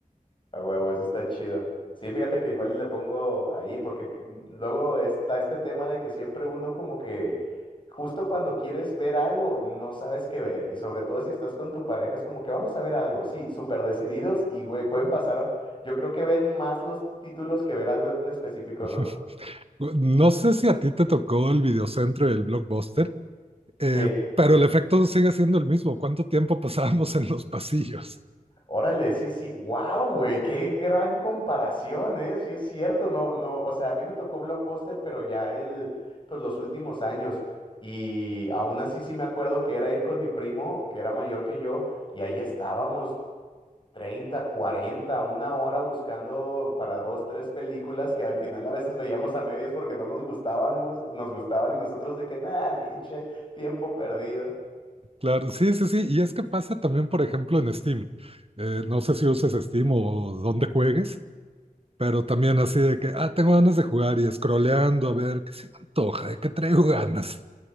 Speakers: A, on the left; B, on the right.
A: A huevo, eso está chido. Sí, fíjate que igual y le pongo ahí, porque c- luego está este tema de que siempre uno como que justo cuando quieres ver algo, no sabes qué ver. Y sobre todo si estás con tu pareja, es como que vamos a ver algo, sí, súper decididos y, güey, pueden pasar, yo creo que ven más los títulos que ver algo en específico,
B: <laughs>
A: ¿no?
B: No sé si a ti te tocó el videocentro y el blockbuster, eh,
A: Sí, sí.
B: pero
A: sí.
B: el efecto sigue siendo el mismo, ¿cuánto tiempo pasábamos en los pasillos?
A: Órale, sí, sí, wow, güey, qué gran comparación, ¿eh? Sí es cierto, no, no, o sea, a mí me tocó Blockbuster, pero ya el, pues los últimos años, y aún así sí me acuerdo que era ir con mi primo, que era mayor que yo, y ahí estábamos 30 40 una hora buscando para dos, tres películas que al final a veces veíamos a medias porque no nos gustaban, hemos- nos gustaban y nosotros de que, nada, <laughs> pinche, tiempo perdido.
B: Claro, sí, sí, sí. Y es que pasa también, por ejemplo, en Steam. Eh, no sé si uses Steam o dónde juegues, pero también así de que, ah, tengo ganas de jugar y scrolleando a ver qué se me antoja, de qué traigo ganas.